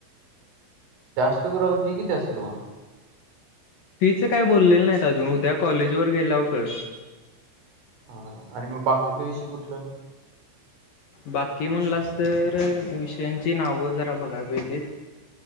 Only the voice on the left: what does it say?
फीच काय बोललेलं नाहीत अजून उद्या कॉलेज वर गेल्यावकर
बाकी म्हणलास तर विषयांची नावं जरा बघायला पाहिजे.